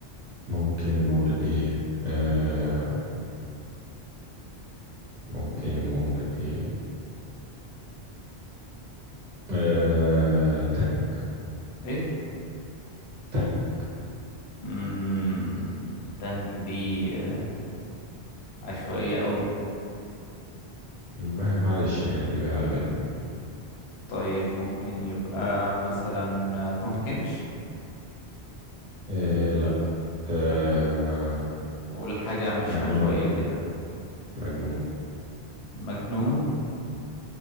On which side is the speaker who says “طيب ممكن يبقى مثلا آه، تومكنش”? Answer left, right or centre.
Left